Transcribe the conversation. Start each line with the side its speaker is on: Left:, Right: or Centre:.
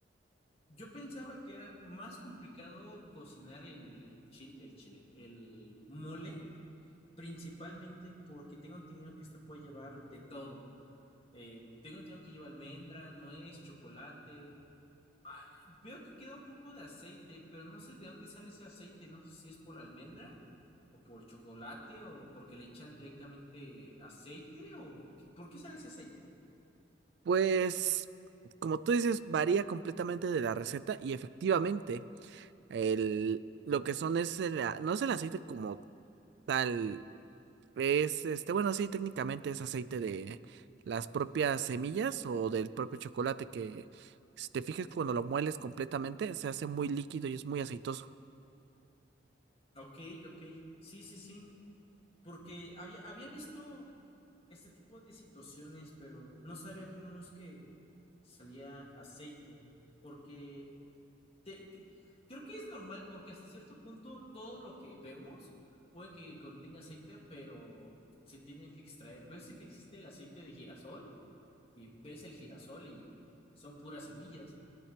Left: Yo pensaba que era más complicado cocinar el chile, el chile, el mole Principalmente porque tengo entendido que este puede llevar de todo. Eh, tengo entendido que lleva almendra, nuez, chocolate. Ah, veo que queda un poco de aceite, pero no sé de dónde sale ese aceite. No sé si es por la almendra o por el chocolate o porque le echan directamente aceite o qué- por qué sale ese aceite.
Right: Pues, como tú dices, varía completamente de la receta y efectivamente. El, lo que son es el, a- no es el aceite como tal, es este, bueno, sí, técnicamente es aceite de las propias semillas o del propio chocolate que, si te fijas, cuando lo mueles completamente, se hace muy líquido y es muy aceitoso.
Left: Ok, ok. Sí, sí, sí. Porque había, había visto este tipo de situaciones, pero no sabía cómo es que salía aceite. Porque te, te- creo que es normal porque hasta cierto punto todo lo que vemos puede que contenga aceite, pero se tienen que extraer. Ves que existe el aceite de girasol y ves el girasol y son puras semillas